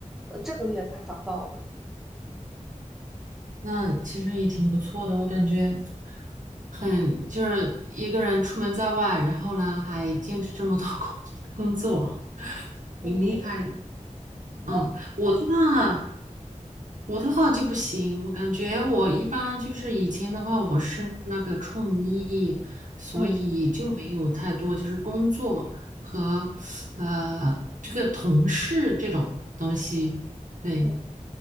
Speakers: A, in the centre; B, on the right.
A: 呃这个月才找到的。
B: 那其实也挺不错的，我感觉很就是一个人出门在外，然后呢还兼职这么多工工作，挺厉害的。
A: 辛苦
B: 嗯，
A: 那
B: 我的话，我的话就不行，我感觉我一般就是以前的话，我是那个创意，所以就没有太多就是工作和呃这个同事这种东西。
A: 嗯
B: 对
A: 嗯。